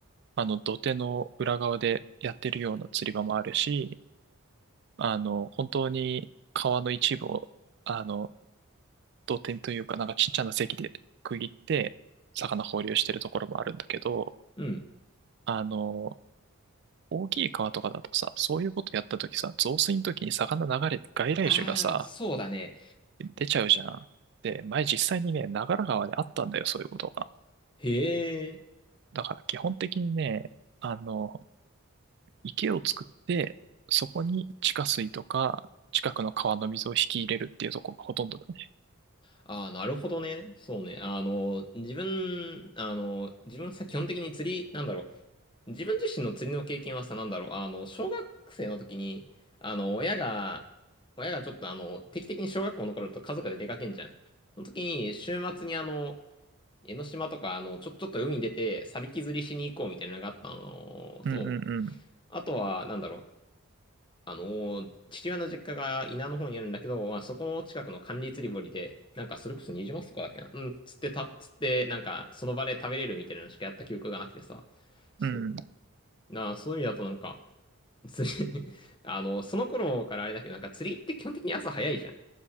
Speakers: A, on the right; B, on the left.
A: あの、土手の裏側でやってるような釣り場もあるし、あの、本当に川の一部を、あの、土手というか、なんかちっちゃな堰で区切って、魚放流してるところもあるんだけど、
B: うん。
A: あの、大きい川とかだとさ、そういうことやったときさ、増水のときに魚流れて外来種がさ、
B: ああ、そうだね。
A: 出ちゃうじゃん。で、前実際にね、長良川であったんだよ、そういうことが。
B: へえ。
A: だから基本的にね、あの、池を作って、そこに地下水とか、近くの川の水を引き入れるっていうところがほとんどだね。
B: ああ、なるほどね。そうね。あの、自分、あの、自分さ、基本的に釣り、なんだろう。自分自身の釣りの経験はさ、なんだろう、あの、小学生の時に、あの、親が、親がちょっとあの、定期的に小学校の頃だと家族で出かけんじゃん。その時に、週末にあの、江ノ島とか、あの、ちょ、ちょっと海に出て、サビキ釣りしに行こうみたいなのがあったのと、
A: うん、うん、うん、うん。
B: あとは、なんだろう、あの、父親の実家が稲の方にあるんだけど、まあ、そこの近くの管理釣り堀で、なんかそれこそニジマスとかだっけな、うん、釣ってた、釣って、なんかその場で食べれるみたいなのしかやった記憶がなくてさ、そう。
A: うん、
B: なあ、そういう意味だとなんか、釣り <laughs> あの、その頃からあれだけど、なんか釣りって基本的に朝早いじゃ